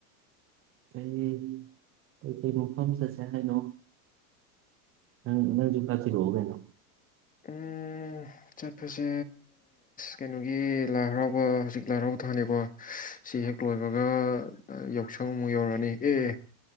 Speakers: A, on the right; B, on the left.
A: ꯀꯩ ꯀꯩꯀꯩ ꯃꯣꯐꯝ ꯆꯠꯁꯦ ꯍꯥꯏꯅꯣ ꯅꯪ ꯅꯪꯁꯨ ꯀꯥꯞꯆꯤꯔꯛꯑꯣ ꯀꯩꯅꯣ
B: ꯎꯝ ꯆꯠꯄꯁꯦ ꯀꯩꯅꯣꯒꯤ ꯂꯥꯏ ꯍꯔꯥꯎꯕ ꯍꯧꯖꯤꯛ ꯂꯥꯏ ꯍꯔꯥꯎꯕ ꯊꯥꯂꯀꯣ ꯁꯤ ꯍꯦꯛ ꯂꯣꯏꯕꯒ ꯌꯥꯎꯁꯪ ꯑꯃꯨꯛ ꯌꯧꯔꯛꯑꯅꯤ ꯑꯦ